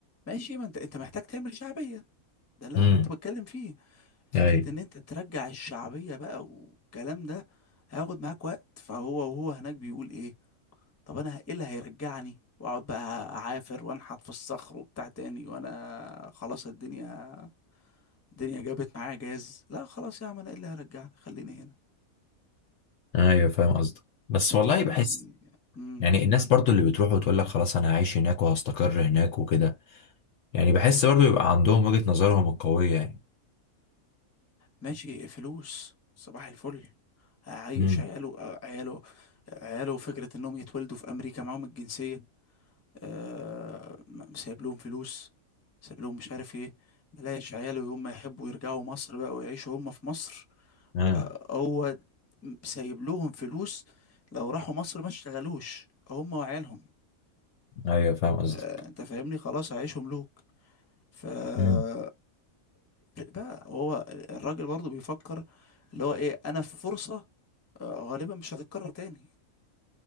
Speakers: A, on the left; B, on the left.
A: ماشي ما انت انت محتاج تعمل شعبيه ده اللي
B: يعني.
A: انا كنت بتكلم فيه فكره
B: ايوه
A: ان انت ترجع الشعبيه بقى والكلام ده هياخد معاك وقت فهو وهو هناك بيقول ايه طب انا ايه اللي هيرجعني واقعد بقى اعافر وانحت في الصخر وبتاع تاني وانا خلاص الدنيا الدنيا جابت معايا جاز لا خلاص يا عم انا ايه اللي هيرجعني خليني هنا
B: ايوه فاهم قصدك بس
A: ففي
B: والله بحس
A: امم
B: يعني الناس برضو اللي بتروح وتقول لك خلاص انا هعيش هناك وهستقر هناك وكده يعني بحس برضو يبقى عندهم وجهة نظرهم القوية يعني
A: ماشي فلوس صباح الفل هعيش
B: امم
A: عياله عياله عياله فكرة انهم يتولدوا في امريكا معاهم الجنسية أه... م- سايب لهم فلوس سايب لهم مش عارف ايه بلاش عياله يوم ما يحبوا يرجعوا مصر بقى ويعيشوا هم في مصر
B: اه
A: آه، هو سايب لهم فلوس لو راحوا مصر ما اشتغلوش هم وعيالهم
B: ايوه فاهم قصدك
A: آه، انت فاهمني خلاص هيعيشوا ملوك فتفرق
B: امم
A: بقى هو الراجل برضو بيفكر اللي هو ايه انا في فرصة آه، غالبا مش هتتكرر تاني